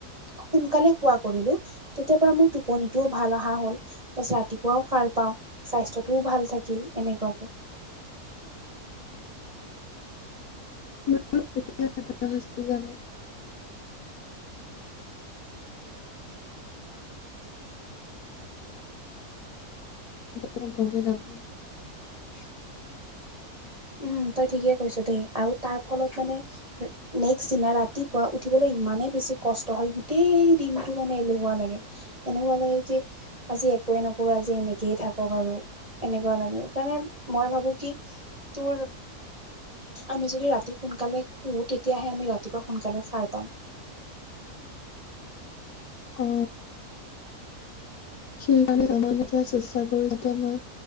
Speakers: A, on the right; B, on the left.
A: সোনকালে হোৱা কৰিলো- তেতিয়া পৰা মোৰ টোপনিটোও ভাল অহা হল, তাৰপিছত ৰাতিপুৱাও সাৰ- পাওঁ স্বাস্থ্যটোও ভাল থাকিল এনেকুৱাকে।
B: জানো। <unintelligible> ময় গমে নাপাওঁ।
A: <inaudible> উম' তই ঠিকেই কৈছ দেই আৰু তাৰ ফলত মানে- নেক্সট দিনা ৰাতিপুৱা উঠিবলৈ ইমানে বেছি কষ্ট হয় গোটেই দিনটো মানে এলেহোৱা লাগে। এনেকুৱা লাগে যে- আজি একোৱে নকৰো আজি এনেকেই থাকক আৰু এনেকুৱা লাগে। সেইকাৰণে মই ভাবো কি? তোৰ আমি যদি ৰাতি সোনকালে শু তেতিয়া তেতিয়াহে আমি ৰাতিপুৱা সোনকালে সাৰ পাম
B: অ সেইকাৰণ তেতিয়া চেষ্টা কৰো যাতে মই